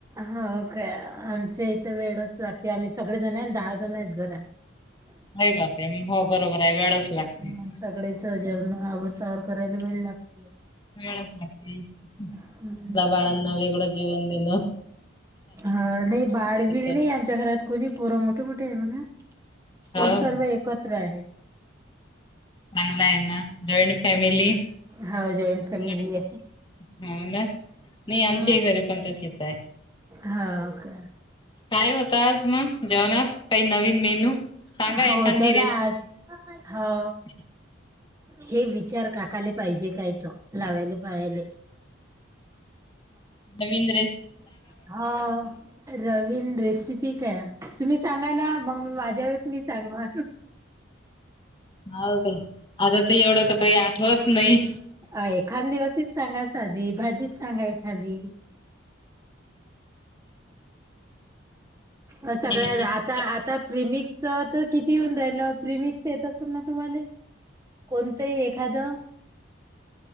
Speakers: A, on the right; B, on the left.
A: हा काय आमच्या इथे वेळच लागते आम्ही सगळे जण आहेत दहा जण आहेत घरात
B: अरे बापरे! मग हो बरोबर आहे वेळच लागते.
A: माणसाकडेच जेव
B: हं,
A: आवड, सावर करायला वेळ लागतो,
B: वेळ मला
A: हम्म
B: बाळांना वेगळं जीवन दिल
A: हा नाही बाळबल
B: हो
A: नाही आमच्या घरात कोणी पोरं मोठे मोठे आहे म्हणा
B: चांगलं
A: पण सर्व एकत्र आहे
B: चांगला आहे ना जॉईंट फॅमिली
A: हा जॉईंट
B: उलट
A: फॅमिली आहे
B: हो ना नाही आमच्याही
A: हा
B: घरी पण तशीच आहे.
A: हा काय
B: काय होत आज मग जेवणात काही नवीन मेनू सांगा
A: हो
B: एखादी
A: तर ना आज हो
B: ह
A: हे विचार काकाले पाहिजे काय त लावायला पाहाले
B: रवींद्र
A: हा नवीन रेसिपी काय तुम्ही सांगा ना मग माझ्यावरच मी सांग
B: हो का आता ते एवढं तर काही आठवत नाही
A: अ एखादीवशीच सांगा साधी भाजीच सांगा एखादी अ सगळ्या
B: हे
A: आता
B: दुसरं
A: आता प्रिमिक च तर किती येऊन राहिलं प्रिमिक्स येत असेल ना तुम्हाला कोणतंही एखादं